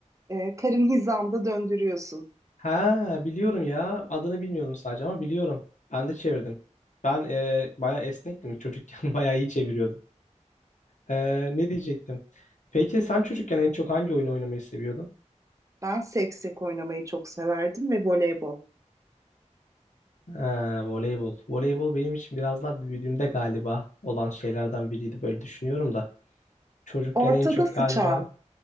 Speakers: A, on the right; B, on the left.
A: e, karın hizanda döndürüyorsun.
B: Ha biliyorum ya. Adını bilmiyordum sadece ama biliyorum. Ben de çevirdim. Ben e, bayağı esnektim çocukken. <laughs> Bayağı iyi çeviriyordum. Ee, ne diyecektim? Peki sen çocukken en çok hangi oyun oynamayı seviyordun?
A: Ben seksek oynamayı çok severdim ve voleybol.
B: Ha, voleybol. Voleybol benim için biraz daha büyüdüğümde galiba olan şeylerden biriydi böyle düşünüyorum da. Çocukken
A: Ortada
B: en çok
A: sıçan.
B: galiba...